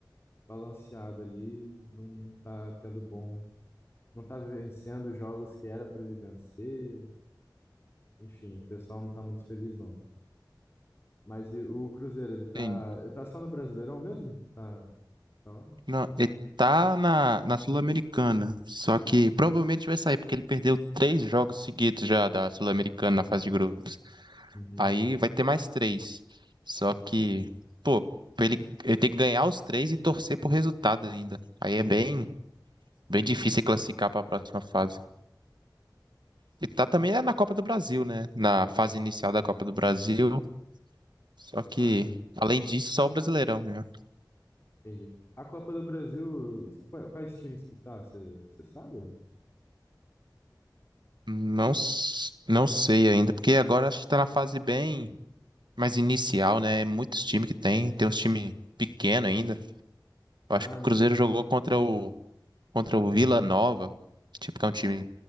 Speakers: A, on the left; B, on the right.
A: balanceado ali, não, não tá tendo bom, não tá vencendo os jogos que era para ele vencer. Enfim, o pessoal não tá muito feliz não. Mas e o Cruzeiro, ele tá,
B: Tem-
A: ele tá só no Brasileirão mesmo? Tá, tá lá?
B: Não, ele tá na, na Sul-Americana, só que provavelmente vai sair, porque ele perdeu três jogos seguidos já da Sul-Americana na fase de grupos.
A: Uhum.
B: Aí vai ter mais três. Só que, pô, pra ele, ele tem que ganhar os três e torcer por resultado ainda. Aí é bem, bem difícil ele classificar para a próxima fase. E tá também é na Copa do Brasil, né? Na fase inicial da Copa do Brasil. Só que,
A: Ah, sim.
B: além disso, só o Brasileirão. né?
A: Entendi. A Copa do Brasil, os- qua- quais times que tá? Você sabe?
B: Não, s- não sei ainda, porque agora acho que tá na fase bem mais inicial, né? É Muitos times que tem, tem uns times pequeno ainda. Eu
A: Ah,
B: acho que o Cruzeiro
A: entendi.
B: jogou contra o contra o Vila Nova, tipo que é um time